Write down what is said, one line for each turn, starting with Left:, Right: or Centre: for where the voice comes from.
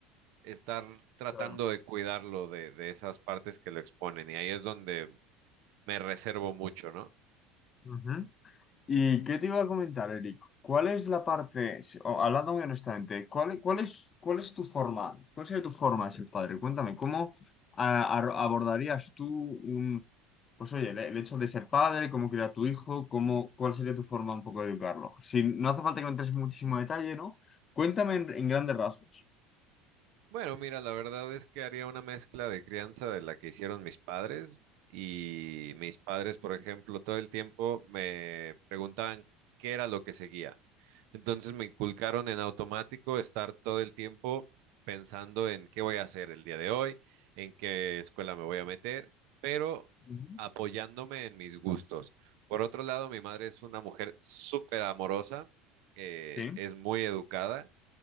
Right: estar tratando
Left: Claro.
Right: de cuidarlo de, de esas partes que lo exponen y ahí es donde me reservo mucho, ¿no?
Left: Ujú. ¿Y qué te iba a comentar, Eric? ¿Cuál es la parte, si- o, hablando muy honestamente, cuál, cuál es, cuál es tu forma? ¿Cuál sería tu forma de ser padre? Cuéntame, ¿cómo a- a- abordarías tú un, pues oye, el, el hecho de ser padre, cómo criar a tu hijo, cómo, cuál sería tu forma un poco de educarlo? Si no hace falta que me entres en muchísimo detalle, ¿no? Cuéntame en, en grandes rasgos.
Right: Bueno, mira, la verdad es que haría una mezcla de crianza de la que hicieron mis padres y mis padres, por ejemplo, todo el tiempo me preguntaban qué era lo que seguía. Entonces me inculcaron en automático estar todo el tiempo pensando en qué voy a hacer el día de hoy, en qué escuela me voy a meter, pero
Left: Ujú.
Right: apoyándome en mis gustos. Por otro lado, mi madre es una mujer súper amorosa, eh,
Left: Sí.
Right: es muy educada